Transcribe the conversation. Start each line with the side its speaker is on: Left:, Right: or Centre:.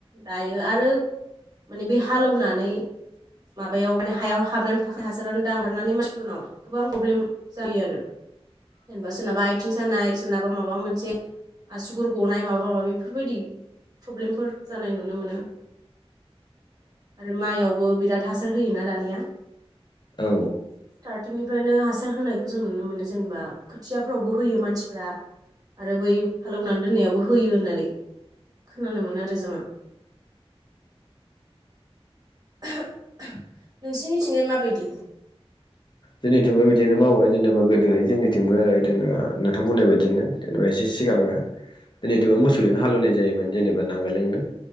Right: दायो आरो माने बे हालेवनानै। माबायाव माने हायाव हाबनानै थाखाय हासार दांगारनानै मानसिफोरनाव गोबां प्रब्लेम जायो आरो।
Left: <inaudible>
Right: जेनेबा सोरनाबा आथिं सानाय सोरनाबा माबा मोनसे आसुगुर गनाय माबा माबि बेफोरबायदि प्रब्लेमफोर जानाय नुनो मोनो आरो माइआव बो बिराद हासार होयोना दानिया
Left: औ।
Right: फ्रायनो हासार होनायखौ जों नुनो मोनो जेनेबा खोथियाफ्रावबो होयो मानसिफ्रा। आरो बै हालेवनानै दोननायावबो होयो होननानै खोनानो मोनो आरो जोङो। <unintelligible> नोंसिनिथिंजाय माबायदि
Left: जोंनिथिंबो बिदिनो मावो जेनेबा गोदो जोंनिथिंबो इदिनो नोंथां बुंनाय बायदिनो जेनेबा एसे सिगाङो दिनैथ'
Right: औ
Left: मोसौजों हालेवनाय जायोमोन जेनेबा नांगोलजोंनो